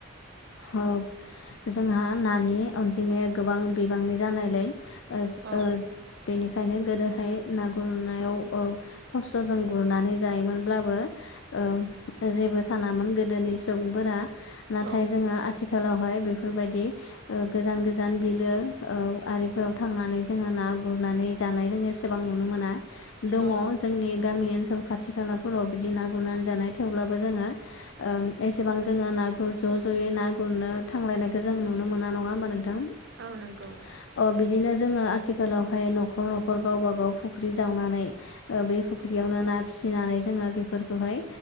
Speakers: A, on the left; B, on the right.
A: ओ जोंहा नानि अनजिमाया गोबां बिबांनि जानायलाय ओज
B: औ
A: ओ बेनिखायनो गोदोहाय ना गुरनायाव ओ खस्थ'जों गुरनानै जायोमोनब्लाबो ओ जेबो सानामोन गोदोनि सुबुंफोरा नाथाय
B: औ
A: जोंङा आथि खालावहाय बेफोरबायदि ओ गोजान गोजान बिलो ओ आरिफोराव थांनानै जोंङो ना गुरनानै जानाय जों एसेबां नुनो मोना दंङ
B: औ
A: जोंनि गामि ओनसोल खाथि खालाफोराव बिदि ना गुरनानै जानाय थेवब्लाबो जोंङो ओ एसेबां जोंङो ना ना गुर ज' ज'यै ना गुरनो थांलायनायखौ जों नुनो मोना नंङा होमबा नों थां अ
B: औ नंगौ
A: बिदिनो ज जोंङो आथिखालावहाय न'खर न'खर गावबा गाव फुख्रि जावनानै ओ बे फुख्रियावनो ना फिसिनानै जोंङो बेफोरखौहाय